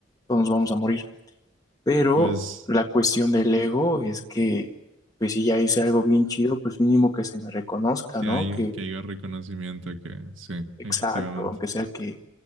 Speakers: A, on the left; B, on the right.
A: todos nos vamos a morir. Pero
B: Pues
A: la cuestión del ego es que, pues si ya hice algo bien chido, pues mínimo que se me reconozca,
B: que
A: ¿no?
B: haya,
A: Que,
B: que haya reconocimiento que sí,
A: exacto,
B: efectivamente.
A: aunque sea que